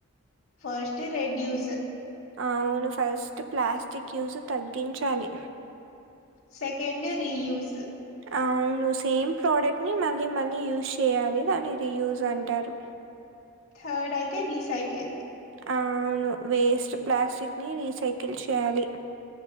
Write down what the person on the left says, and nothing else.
ఫస్ట్ రెడ్యూస్
సెకండ్ రీయూస్
థర్డ్ అయితే రీసైకిల్